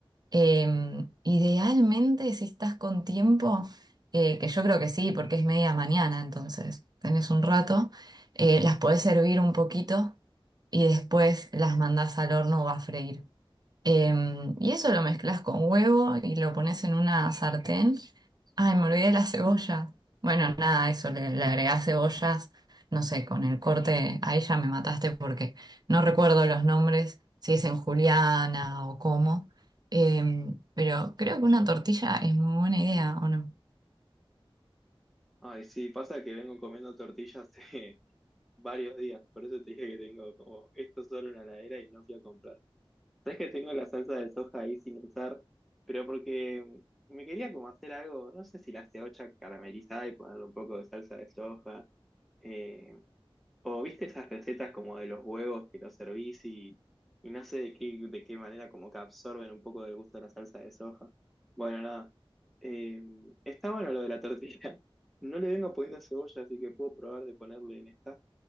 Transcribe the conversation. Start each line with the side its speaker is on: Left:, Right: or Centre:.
Right: Em, idealmente, si estás con tiempo, eh, que yo creo que sí, porque es media mañana, entonces tenés un rato, eh, las podés hervir un poquito y después las mandás al horno o a freír. Em, y eso lo mezclas con huevo y lo pones en una sartén. Ay, me olvidé de la cebolla. Bueno, nada, eso, le, le agregás cebollas, no sé, con el corte, ahí ya me mataste porque no recuerdo los nombres, si es en Juliana o cómo. Em, pero creo que una tortilla es muy buena idea, ¿o no?
Centre: Ay, sí, pasa que vengo comiendo tortillas hace <laughs> varios días, por eso te dije que tengo como esto solo en la heladera y no fui a comprar. Sabes que tengo la salsa de soja ahí sin usar, pero porque me quería como hacer algo, no sé si la ceocha caramelizada y ponerle un poco de salsa de soja, eh, O viste esas recetas como de los huevos que los servís y, y no sé de qué, de qué manera como que absorben un poco del gusto de la salsa de soja. Bueno, nada. Eh, está bueno lo de la tortilla. <laughs> No le vengo poniendo cebolla, así que puedo probar de ponerle en esta.